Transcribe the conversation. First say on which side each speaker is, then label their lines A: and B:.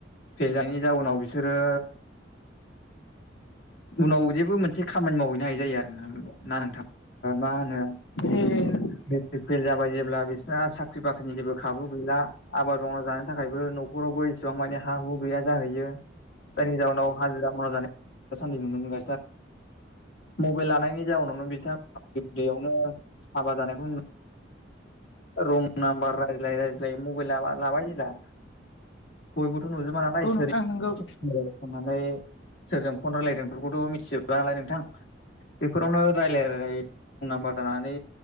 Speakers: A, on the left (about 70°); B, on the left (about 80°).
A: फेल जायैनि जाउनाव बिसोरो। उनाव बिदिबो मोनसे खामानि मावहैनो हायै जायो आरो ना नोंथां मा होनो।
B: <inaudible>
A: मेट्रिक फेल जाबाय जेब्ला बिसोरना साख्रि बाख्रिनि जेबो खाबु गैला। आबाद मावना जानो थाखायबो न'खरावबो एसेबां मानि हा हु गैया जाहैयो। जायनि जाहोनाव हाजिरा मावना जानाय दा सान्दि नुनो मोनगासिनो आरो। मबाइल लानायनि जाउनावनो बिथा उन्द उन्दैयावनो हाबा जानायखौ नु रं नाम्बार रायज्लाय रायज्लाय मबाइल लाबाय जेला बयबोथ' नुजोबा नालाय
B: नंगौ
A: सोर
B: नोंथां नंगौ
A: होननानै सोरजों फन <unintelligible> रायज्लायदों बेफोरखौथ' मिथिजोबला नालाय नोंथां बेफोरावनो रायलाय रायलाय रं नाम्बार जानानै